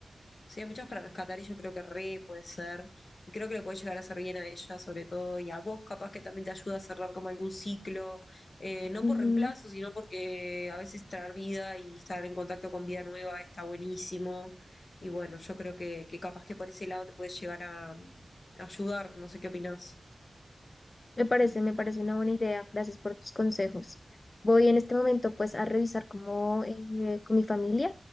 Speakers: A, on the left; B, on the left.
A: sí, hay muchas para rescatar y yo creo que re puede ser, y creo que le puede llegar a hacer bien a ella sobre todo, y a vos capaz que también te ayuda a cerrar como algún ciclo, eh, no
B: Ujú,
A: por reemplazo, sino porque a veces traer vida y estar en contacto con vida nueva está buenísimo, y bueno, yo creo que, que capaz que por ese lado te puede llegar a, ayudar, no sé qué opinás.
B: Me parece, me parece una buena idea. Gracias por tus consejos. Voy en este momento pues a revisar como eh, con mi familia,